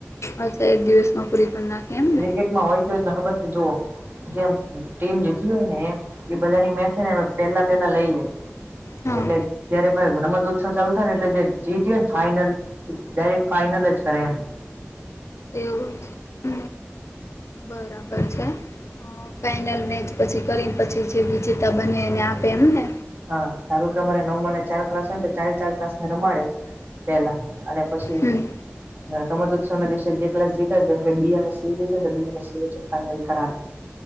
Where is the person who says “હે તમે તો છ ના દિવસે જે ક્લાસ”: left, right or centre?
Right